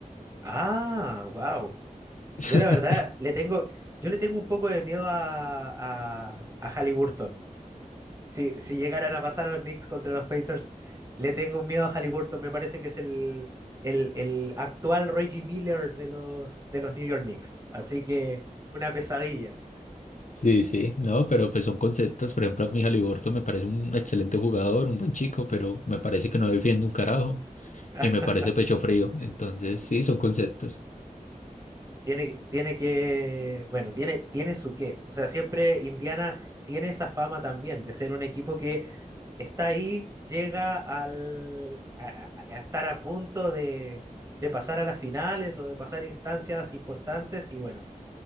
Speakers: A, on the right; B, on the left.
A: Ah, wow.
B: <laughs>
A: Yo la verdad le tengo, yo le tengo un poco de miedo a, a, a Halliburton. si, si llegaran a pasar a los Knicks contra los Pacers, le tengo un miedo a Halliburton. Me parece que es el, el, el actual Reggie Miller de los, de los New York Knicks. Así que una pesadilla.
B: Sí, sí, no, pero pues son conceptos. Por ejemplo, a mi Haliburton me parece un excelente jugador, un buen chico, pero me parece que no defiende un carajo
A: <laughs>
B: y me parece pecho frío. Entonces, sí, son conceptos.
A: Tiene, tiene que, bueno, tiene, tiene su qué. O sea, siempre Indiana tiene esa fama también de ser un equipo que está ahí, llega al, a, a a estar a punto de, de pasar a las finales o de pasar a instancias importantes y bueno,